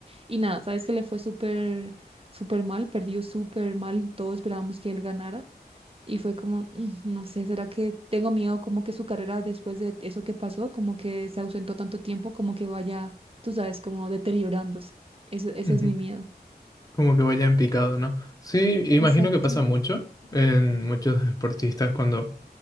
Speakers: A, on the right; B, on the left.
A: Y nada, sabes que le fue súper, súper mal, perdió súper mal, todos esperábamos que él ganara. Y fue como, "Mm, no sé, ¿será que tengo miedo como que su carrera después de eso que pasó, como que se ausentó tanto tiempo, como que vaya, tú sabes, como deteriorándose? Ese, ese
B: Ujú.
A: es mi miedo.
B: Como que vaya en picado, ¿no? Sí, imagino
A: Exacto,
B: que pasa mucho en muchos deportistas cuando